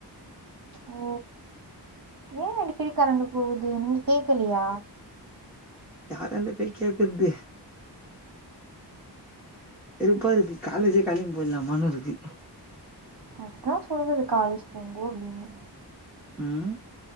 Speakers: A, on the right (about 55°); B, in the centre.
A: ஓ ஏ அடிக்கடி கரண்ட் போகுது நீங்க கேக்கலயா
B: யாரான்ட போய் கேக்ரது வெருப்பாருகு காலேஜே கெளம்பி போய்ட்லாமான்னுருக்கு
A: அதுக்குதா சொல்றது காலேஜ் போங்கோ அப்டின்னு
B: ம்